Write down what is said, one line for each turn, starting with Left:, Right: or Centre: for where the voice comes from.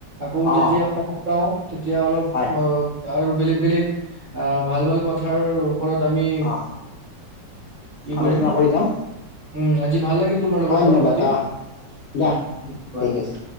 Right: আকৌ যেতিয়া
Left: অ
Right: সময় পাওঁ তেতিয়া অলপ
Left: হয়
Right: আৰু বেলেগ-বেলেগ, অ' ভাল-ভাল কথা ওপৰত আমি
Left: অ
Right: কি
Left: আলোচনা
Right: কৰিম
Left: কৰি যাম
Right: উম, আজি ভাল লাগিল তোমাৰ লগত
Left: ধন্যবাদ
Right: কথা পাতি উ,
Left: আহ দিয়া
Right: ধন্যবাদ।
Left: ঠিক আছে।